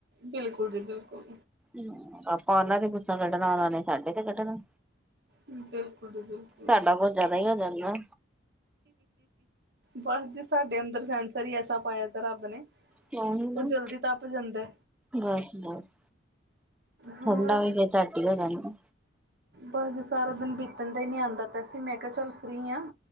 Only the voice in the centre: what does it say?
ਹਮ ਆਪਾਂ ਉਹਨਾਂ ਦਾ ਗੁੱਸਾ ਕੱਢਣਾ ਉਹਨਾਂ ਨੇ ਸਾਡੇ ਤੇ ਕੱਢਣਾ।
ਸਾਡਾ ਕੁਝ ਜਿਆਦਾ ਹੀ ਹੋ ਜਾਂਦਾ।
ਚ
ਬਸ ਬਸ।
ਠੰਡਾ ਵੀ ਫਿਰ ਝਟ ਹੀ ਹੋ ਜਾਣਾ।